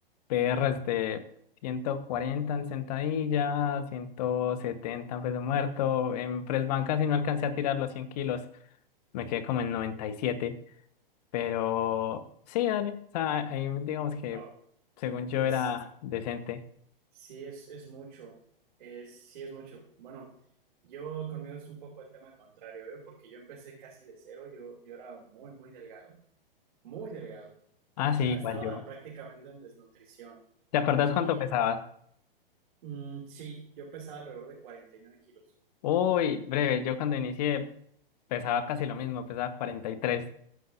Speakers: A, on the left (about 45°); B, on the right (about 55°).
A: PRs de 140 en sentadilla, 170 en peso muerto. En press banca, si no alcancé a tirar los 100 kilos, me quedé como en 97. Pero sí, dale. O sea, ahí digamos que
B: Oh,
A: según yo
B: es,
A: era decente.
B: sí, es, es mucho, es, sí, es mucho. Bueno, yo conmigo es un poco el tema contrario, ¿eh? Porque yo empecé casi de cero, yo, yo era muy, muy delgado, muy delgado. O
A: Ah, sí,
B: sea,
A: igual
B: estaba
A: yo.
B: prácticamente en desnutrición
A: ¿Te acordás
B: y
A: cuánto pesabas?
B: mm, sí, yo pesaba alrededor de 49 kilos.
A: Uy, breve, yo cuando inicié pesaba casi lo mismo, pesaba cuarenta y tres